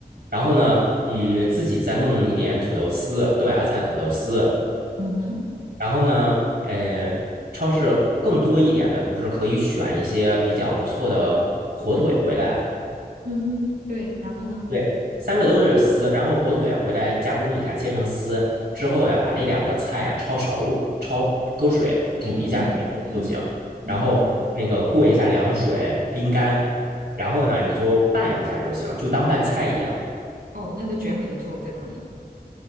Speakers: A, on the right (about 85°); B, on the right (about 70°).
A: 然后呢，嗯，自己再弄一点土豆丝、豆芽菜、土豆丝。
B: 嗯哼，
A: 然后呢，呃，超市更多一点的，不是可以选一些比较不错的火腿回来？
B: 嗯哼，对，然后呢？
A: 对，三个都是丝，然后火腿回来加工一下，切成丝之后呀，把那两个菜呀焯熟，焯搁水煮一下，
B: 嗯嗯嗯，
A: 煮熟了就行。然后那个过一下凉水，拎干，然后呢，你就拌一下就行，就当拌菜一样
B: 哦，那那卷饼的作用在哪里？